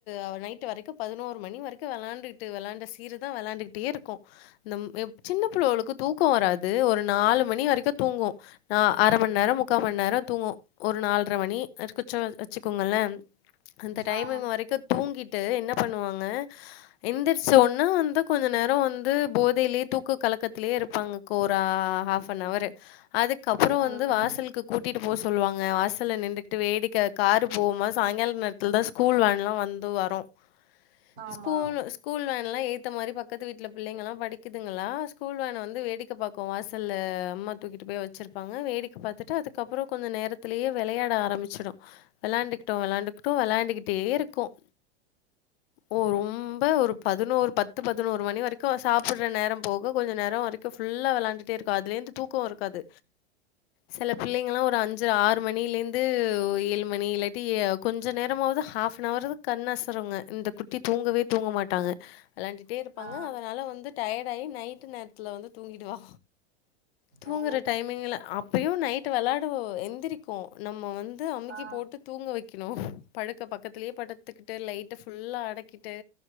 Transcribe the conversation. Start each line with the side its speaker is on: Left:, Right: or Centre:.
Left: அவ நைட்டு வரைக்கும் பதினோரு மணி வரைக்கும் விளாண்டுக்கிட்டு விளாண்ட சீரை தான் விளாண்டுக்கிட்டே இருக்கும் கும் நம் சின்ன பிள்ளைளுக்கு தூக்கம் வராது ஒரு நாலு மணி அரைக்க தூங்கும் நா அரை மண் நேர முக்கா மன் நேரம் தூங்கும் ஒரு நால்ர மணி <unintelligible> இருங்க அந்த டைமிங்
Right: ஆ
Left: வரைக்கும் தூங்கிட்டு என்ன பண்ணுவாங்க எந்திரிச்சு ஒன்னா வந்து கொஞ்ச நேரம் வந்து போதையிலயே தூக்கு கலக்கத்திலேயே இருப்பாங்க ஒரு ஹாப் நவரு அதுக்கப்புறம்
Right: ம்
Left: வந்து வாசலுக்கு கூட்டிட்டு போ சொல்லுவாங்க வாசல்ல நின்னுட்டு வேடிக்கை காரு போமா சாயங்கால நேரத்தில தான் ஸ்கூல் வேன் லாம் வந் வரும்
Right: ஆமா
Left: ஸ்கூல் ஸ்கூல் வேன்ல்லாம் எத்து த்த மாதிரி பக்கத்து வீட்டுல பிள்ளைங்க எல்லாம் படிக்குதுங்களா ஸ்கூல் வேன் வந்து வேடிக்க பாக்கும் வாசல்ல தூக்கிட்டு போய் வெச்சிருப்பாங்க வேடிக்க பாத்துட்டு அதுக்கப்புறம் கொஞ்சம் நேரத்திலயே விளையாட ஆரம்பிச்சுடும் விளையாண்டுக்கிட்டோம் விளையாண்டுக்கிட்டோ விளையாண்டுக்கிட்டே இருக்கும் ஓ ரொம்ப ஒரு பதினோரு பத்து பத்து பதினோரு மணி வரைக்கும் சாப்பிடுற நேரம் போக கொஞ்சம் நேரம் வரைக்கும் ஃபுல்லா விளாண்டுட்டே இருக்கும் அதுலேருந்து கோருக்காது சல பிள்ளைங்கலாம் ஒரு அஞ்சு ஆறு மணிலேருந்து ஏழு மணி இல்லாட்டி கொஞ்சம் நேரமாவது ஹாஃப் அன்வர் கண் அசருங்க இந்த குட்டி தூங்கவே தூங்க மாட்டாங்க விளாண்டுட்டே இருப்பாங்க
Right: ஆ
Left: அதனால வந்து டயர்ட் ஆகி நைட்டு நேரத்துல வந்து தூங்கிடுவா தூங்குற
Right: ஓ
Left: டைமிங்ல அப்பயும் நைட் விளாடுவோ எந்திருக் நம்ம வந்து அமிக்கி
Right: ஆ
Left: போட்டு தூங்க வெக்கணும் படுக்க பக்கத்திலயே படுத்துக்குட்டு லைட்டு ஃபுல் புள்ளா அடக்கிட்டு